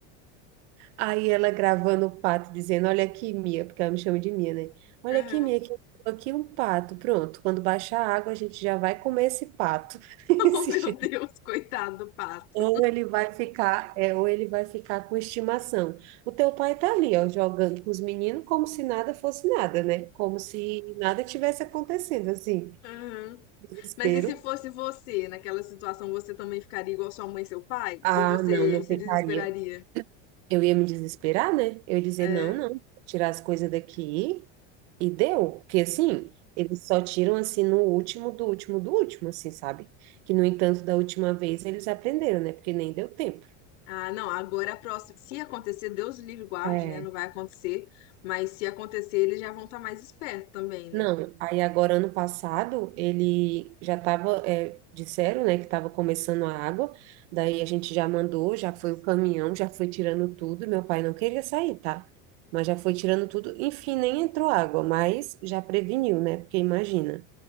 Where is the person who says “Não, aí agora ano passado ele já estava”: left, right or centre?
Right